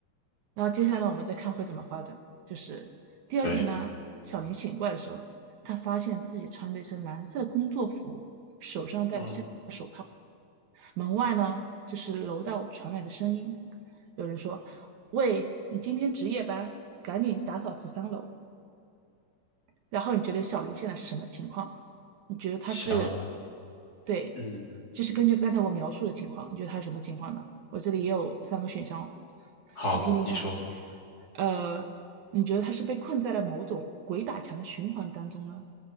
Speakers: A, on the right; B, on the left.
A: 然后接下来我们再看会怎么发展。就是第二天呢，
B: 对，
A: 小林醒过来的时候，他发现自己穿着一身蓝色的工作服，手上戴着项链。
B: 嗯，
A: 门外呢，就是楼道传来的声音，有人说：“喂，你今天值夜班，赶紧打扫十三楼。”然后你觉得小林现在是什么情况？你觉得他是，
B: 行，
A: 对，
B: 嗯，
A: 就是根据刚才我描述的情况，你觉得他是什么情况呢？我这里也有三个选项哦，
B: 好，
A: 你听听看。
B: 你说。
A: 呃，你觉得他是被困在了某种鬼打墙的循环当中呢，